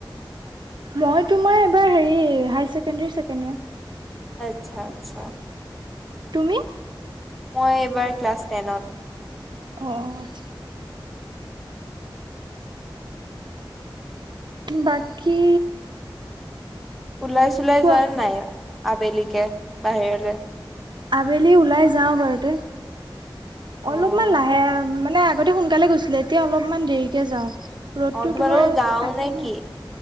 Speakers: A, on the right; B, in the centre.
A: মই তোমাৰ এইবাৰ হেৰি হাইছেকেণ্ডাৰী ছেকেণ্ড যাৰ
B: আচ্ছা - আচ্ছা।
A: তুমি?
B: মই এইবাৰ ক্লাছ টেনত।
A: অ, আচ্ছা। বাকী
B: ওলাই চোলাই
A: কোৱা
B: যোৱা নাই আবেলিকে বাহিৰলৈ?
A: আবেলি ওলাই যাওঁ বাৰু দে। অলপমান
B: অ'
A: লাহে মানে আগতে সোনকালে গৈছিলো এতিয়া অলপমান দেৰিকে যাওঁ। ৰ'দতো
B: অ' তোমালোকৰ
A: তোমাৰ
B: গাঁও
A: থাকে
B: নে
A: ন?
B: কি?